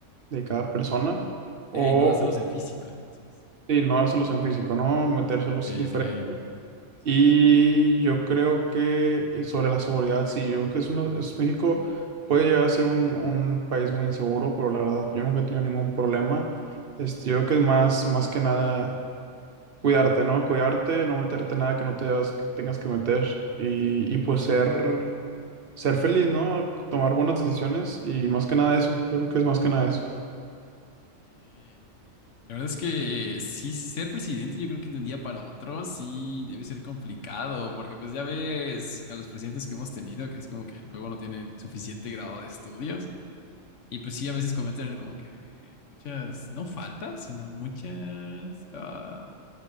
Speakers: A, on the right; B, on the left.
A: de cada persona.
B: Que
A: O
B: no dáselos en físico, entonces.
A: y no dárselos en físico, ¿no? Metérselos
B: Ok,
A: diferente.
B: ok. Sí, sí.
A: Y yo creo que, y sobre la seguridad, sí, yo creo que es uno, es, México puede llegar a ser un, un país muy inseguro, pero la verdad, yo nunca he tenido ningún problema. Este, yo creo que es más, más que nada cuidarte, ¿no? Cuidarte, no meterte en nada que no te das- que tengas que meter y, y, pues ser, ser feliz, ¿no? Tomar buenas decisiones y más que nada eso. Yo creo que es más que nada eso.
B: Ok. La verdad es que eh, sí, ser presidente yo creo que de un día para otro sí debe ser complicado, porque pues ya ves a los presidentes que hemos tenido, que es como que luego no tienen suficiente grado de estudios y pues sí, a veces cometen como que muchas, no faltas, sino muchas, ah,